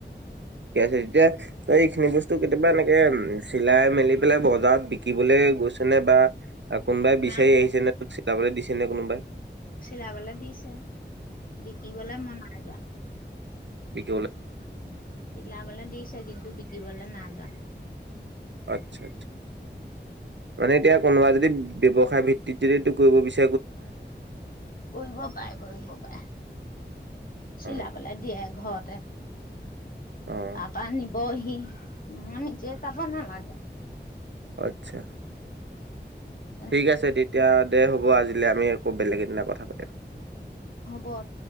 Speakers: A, on the right; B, on the left.
A: ঠিকে আছে তেতিয়া তই এইখিনি বস্তু কেতিয়াবা এনেকে চিলাই মেলি পেলাই বজাৰত বিক্ৰী গৈছে নে বা কোনোবাই বিচাৰি
B: নাই
A: আহিছে নে তোক চিলাবলৈ দিছে তেনে কোনো বাই
B: চিলাবলে দিছে বিকিবলৈ মই নাই যোৱা
A: উ
B: উম চিলাবলে দিছে কিন্তু বিক্ৰীবলে নাই যোৱা
A: আচ্ছা আ মানে এতিয়া কোনোবা যদি ব্যয়ৱসায় ভিত্তিতৰেটো কৰিব বিচাৰ
B: কৰিব পাৰে কৰিব পাৰে চিলাবলে
A: অ',
B: দিয়ে ঘৰত এ
A: অ',
B: তাৰপা নিবহি মই নিজে যাব নালাগে
A: আত্ছা
B: তেনেকুৱা
A: ঠিক আছে তেতিয়া দে হ'ব আজিলে আমি আকৌ বেলেগ এদিনা কথা পাতিম
B: হব